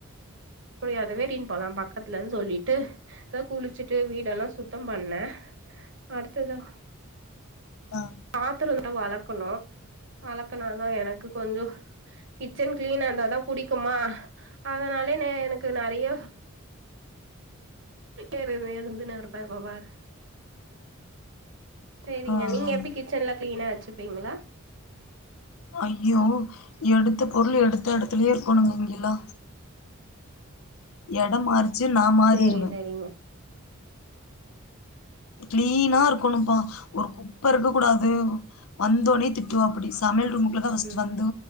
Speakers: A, on the right; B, on the left.
A: மு முடியாதுனு கிளீன் பண்லா பாத்தா பக்கத்துலன்னு சொல்லிட்டு போய் குளிச்சுட்டு வீடெல்லாம் சுத்தம் பண்ணேன் அடுத்தத
B: ஆ
A: பாத்திரம் தா வெளக்கணு வளக்குனாதான் எனக்கு கொஞ்ச கிச்சன் கிளீனா இருந்தாதான் புடிக்குமா அதனாலே எனக்கு நிறைய என வேணுந்தன வெறுப்ப இப்ப பாரு சரிங்க
B: ஆ ஆ
A: நீங்க எப்படி கிச்சன்லாம் கிளீனாச்சு ப்பீங்களா
B: ஐயோ எடுத்த பொருள் எடுத்த இடத்துலயே இருக்கணுங்க இங்கல்லா இடம் மாறிச்சு நான் மாறிருவேன்
A: சேரி சேரிங்க
B: கிளீனா இருக்கு கொணும்ப்பான் ஒரு குப்பை இருக்க கூடாது வந்தோனே திட்டுவாப்டி சமையல் ஒரு <unintelligible>
A: ம்
B: வந்து